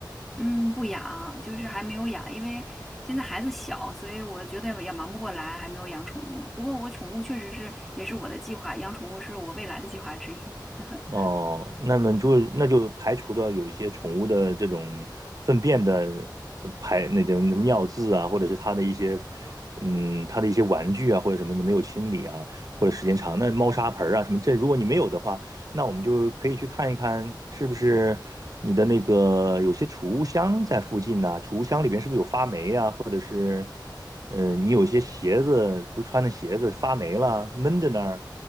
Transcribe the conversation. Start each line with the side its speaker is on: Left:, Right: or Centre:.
Centre: 嗯，不养，就是还没有养，因为现在孩子小，所以我觉得也忙不过来，还没有养宠物。不过我宠物确实是也是我的计划，养宠物是我未来的计划之一。<laughs>
Right: 哦，那么就那就排除掉有一些宠物的这种粪便的排那种尿渍啊，或者是它的一些嗯它的一些玩具啊或者什么的没有清理啊，或者时间长，那猫砂盆儿啊什么这如果你没有的话，那我们就可以去看一看是不是你的那个有些储物箱在附近呐、储物箱里边是不是有发霉啊，或者是嗯、呃你有些鞋子不穿的鞋子发霉了闷在那儿。